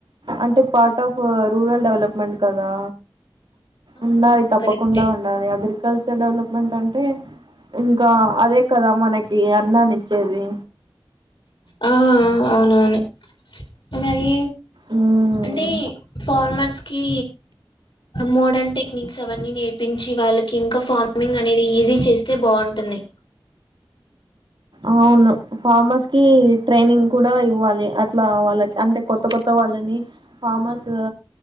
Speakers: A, on the right; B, on the left.
A: అంటే పార్ట్ ఆఫ్ రూరల్ డెవలప్మెంట్ కదా
B: ఆ
A: ఉండాలి
B: అవును
A: తప్పకుండా
B: కరెక్టే
A: ఉండాలి అగ్రికల్చర్ డెవలప్మెంట్ అంటే ఇంకా అదే కదా మనకి అ న్నాన్నిచ్చేది
B: ఆ అవునవును అలాగే
A: ఉమ్
B: అంటే ఫార్మర్స్ కి మోడన్ టెక్ టెక్నిక్స్ అవన్నీ నేర్పించి వాళ్ళకి ఇంకా ఫార్మింగ్ అనేది ఈజీ చేస్తే బాగుంటుంది
A: అవును ఫార్మర్స్ కి ట్రైనింగ్ కూడా ఇవ్వాలి అట్లా వాళ్ళకి అంటే కొత్త కొత్ త్తం వాళ్ళని ఫార్మర్స్